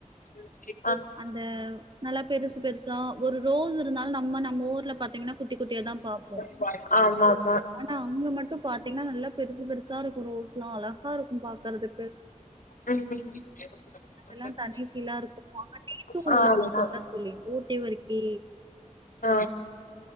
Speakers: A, on the left; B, on the right.
A: <inaudible>
B: அந்தா நல்லா பெருசு பெருசா ஒரு ரோஸ் த்துனால நம்ம நம்ப ஊர்ல பாத்தீங்கன்னா குட்டி குட்டிய தான் பாப்போம்
A: ஆ ஆமா ஆமா
B: ஆனா அங்க மட்டும் பாத் ப்படிலா நல்ல பெருசு பெருசா இருக்கும் ரோஸ் எல்லாம் அலகா இருக்கும் பாக்குறதுக்கு
A: ம் நல்லா
B: அதல்லாம்
A: இருக்கு
B: தனி ஃபீலா இருக்கும் <unintelligible> ட்டுகுலாம்
A: ஆமா
B: <unintelligible> தோலி ஊட்டி வருகி
A: ஆ